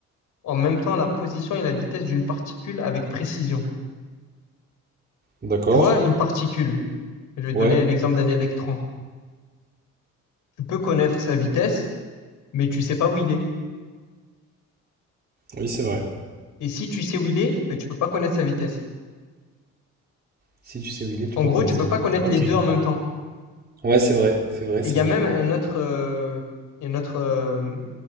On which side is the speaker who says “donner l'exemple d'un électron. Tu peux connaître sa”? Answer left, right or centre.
Left